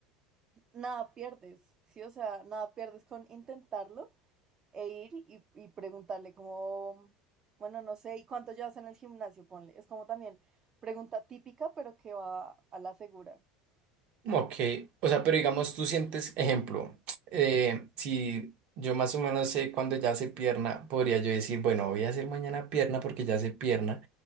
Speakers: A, on the right; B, on the right.
A: Nada pierdes, ¿sí? O sea, nada pierdes con intentarlo e ir y, y preguntarle como, bueno, no sé, ¿y cuánto llevas en el gimnasio? Ponle. Es como también pregunta típica, pero que va a la segura.
B: Como que, o sea, pero digamos, tú sientes, ejemplo, eh, si yo más o menos sé cuándo ya hace pierna, podría yo decir, bueno, voy a hacer mañana pierna porque ya hace pierna